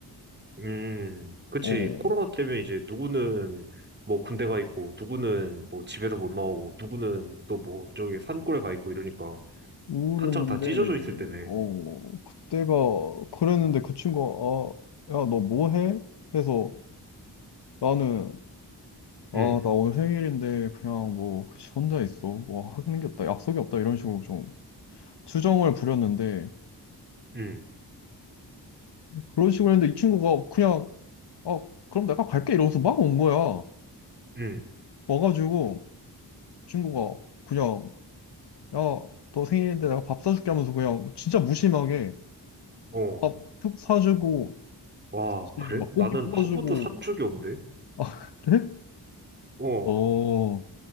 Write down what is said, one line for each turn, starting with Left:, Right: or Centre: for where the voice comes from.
Right: 음, 그치.
Left: 어,
Right: 코로나 때문에 이제 누구는 뭐 군대 가 있고, 누구는 뭐 집에서 못 나오고, 누구는 또 뭐 저기 산골에 가 있고 이러니까
Left: 우울했는데,
Right: 한창 다 찢어져 있을 때네.
Left: 어, 그때가, 그랬는데 그 친구가, 아, 야, 너 뭐 해? 해서 나는, 아,
Right: 응,
Left: 나 오늘 생일인데 그냥 뭐 혼자 있어. 뭐 하는 게 없다. 약속이 없다. 이런 식으로 좀 주정을 부렸는데
Right: 응,
Left: 그런 식으로 했는데 이 친구가 그냥, 아, 그럼 내가 갈게. 이러면서 막 온 거야.
Right: 응,
Left: 와가지고 친구가 그냥 야, 너 생일인데 내가 밥 사줄게 하면서 그냥 진짜 무심하게
Right: 어.
Left: 밥툭 사주고,
Right: 와,
Left: 혹시
Right: 그래?
Left: 막
Right: 나는
Left: 고기 구워주고.
Right: 한 번도 산 적이 없는데?
Left: 아, 그래?
Right: 어,
Left: 어,